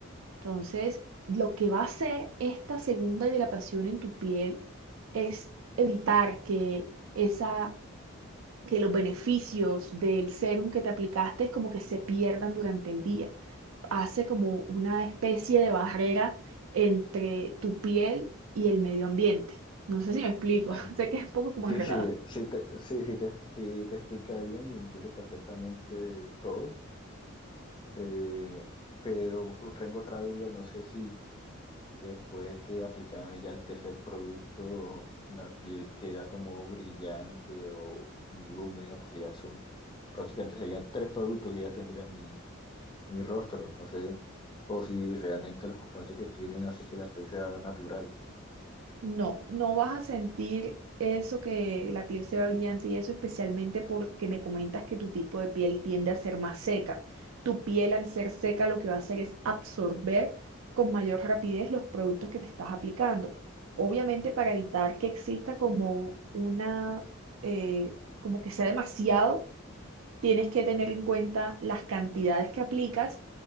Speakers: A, on the right; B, on the left.
A: Entonces, lo que va a hacer esta segunda hidratación en tu piel es evitar que esa, que los beneficios del serum que te aplicaste como que se pierdan durante el día hace como una especie de barrera entre tu piel y el medio ambiente. No sé si me explico,
B: Ay.
A: <laughs> sé que es un poco como
B: Sí,
A: enredado.
B: sí, sí te, sí, sí te, sí te explica bien y entiendo perfectamente todo. Eh, pero tengo otra duda, no sé si después de aplicar ya el tercer producto, la piel queda como brillante o muy húmeda, porque ya son prácticamente serían tres productos que ya tendría mi, mi rostro, no sé, o si realmente los componentes que tienen hace que la piel sea natural.
A: No, no vas a sentir eso que la piel se ve brillante y eso especialmente porque me comentas que tu tipo de piel tiende a ser más seca. Tu piel al ser seca lo que va a hacer es absorber con mayor rapidez los productos que te estás aplicando. Obviamente para evitar que exista como una, eh, como que sea demasiado, tienes que tener en cuenta las cantidades que aplicas